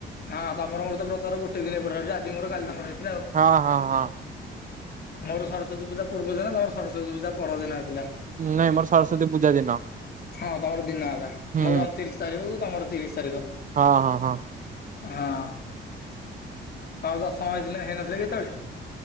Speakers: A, on the left; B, on the right.
A: ହଁ ତମର ମୋର ତ ବ୍ରତଘର ଗୋଟ ଦିନ ଏପଟ ସେପଟ ଆଜି ମୋର କାଲି ତମର ହେଇଥିଲା ଆଉ।
B: ହଁ ହଁ ହଁ।
A: ମୋର ସରସ୍ୱତୀ ପୂଜା ପୂର୍ବ ଦିନ ତମର ସରସ୍ଵତୀ ପୂଜା ପରଦିନ ହେଇଥିଲା।
B: ନାଇଁ ମୋର ସରସ୍ଵତୀ ପୂଜା ଦିନ।
A: ହଁ ତମର ଦିନ ହବା
B: ହୁଁ
A: ମୋର ଅଣତିରିଶ ତାରିଖକୁ ତମର ତିରିଶ ତାରିଖ।
B: ହଁ ହଁ ହଁ।
A: ହଁ। ହଁ ଦଶମ ହେଇଥିଲେ ହେଇନଥିଲା କି ସେତେବେଳେ।